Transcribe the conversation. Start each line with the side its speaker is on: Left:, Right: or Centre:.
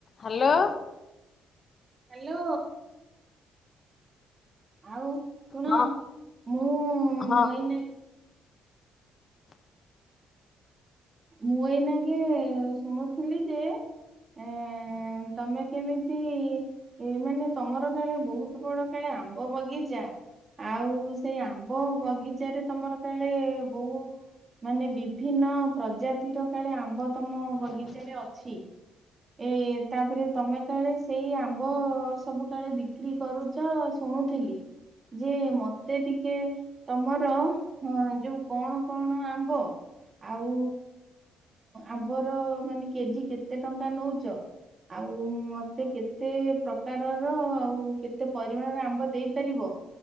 Left: Hello.
Right: Hello. ଆଉ ଶୁଣ
Left: ହଁ
Right: ମୁଁ
Left: ହଁ
Right: ଏଇନା ମୁଁ ଏଇନା କେ ଶୁଣୁଥିଲି ଯେ ଏ ତମେ କେମିତି ଏଇ ମାନେ ତମର କାଳେ ବହୁତ ବଡ କାଳେ ଆମ୍ବ ବଗିଚା। ଆଉ ସେଇ ଆମ୍ବ ବଗିଚାରେ ତମର କାଳେ ବହୁ ମାନେ ବିଭିନ୍ନ ପ୍ରଜାତିର କାଳେ ଆମ୍ବ ତମ ବଗିଚାରେ ଅଛି। ଏ ତାପରେ ତମେ କାଳେ ସେଇ ଆମ୍ବ ସବୁ କାଳେ ବିକ୍ରି କରୁଚ ତ ଶୁଣୁଥିଲି ଯେ ମତେ ଟିକେ ତମର ହଁ ଯୋଉ କଣ କଣ ଆମ୍ବ ଆଉ ଆମ୍ବର ମାନେ କେଜି କେତେ ଟଙ୍କା ନଉଚ? ଆଉ ମତେ କେତେ ପ୍ରକାରର ଆଉ କେତେ ପରିମାଣର ଆମ୍ବ ଦେଇପାରିବ?